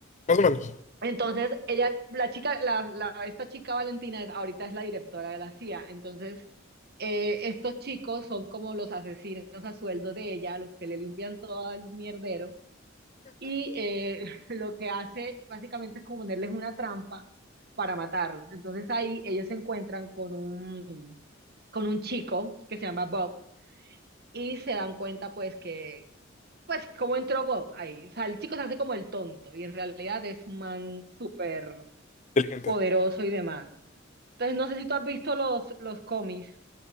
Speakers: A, on the left; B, on the right.
A: más o menos.
B: entonces ella, la chica, la, la- esta chica Valentina es- ahorita es la directora de la CIA. Entonces eh, estos chicos son como los asesinos a sueldo de ella, los que le limpian todo el mierdero y eh, <laughs> lo que hace básicamente es como ponerles una trampa para matarlos. Entonces ahí ellos se encuentran con un, con un chico que se llama Bob y se dan cuenta pues que, pues cómo entró Bob ahí. O sea, el chico se hace como el tonto y en realidad es un man súper
A: Inteligente.
B: poderoso y demás. Entonces no sé si tú has visto los, los cómics.